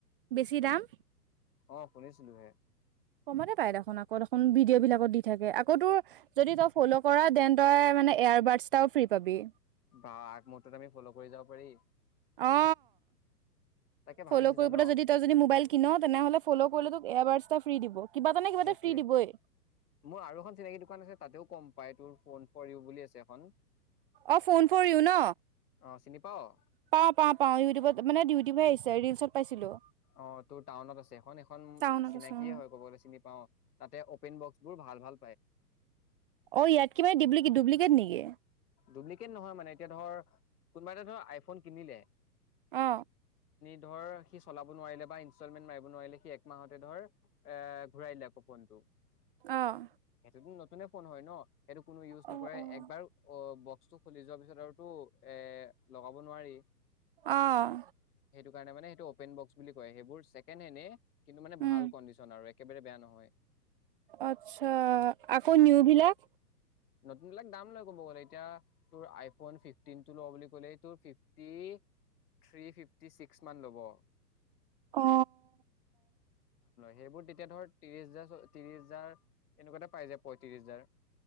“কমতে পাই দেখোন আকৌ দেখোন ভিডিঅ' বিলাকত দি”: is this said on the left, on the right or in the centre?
Right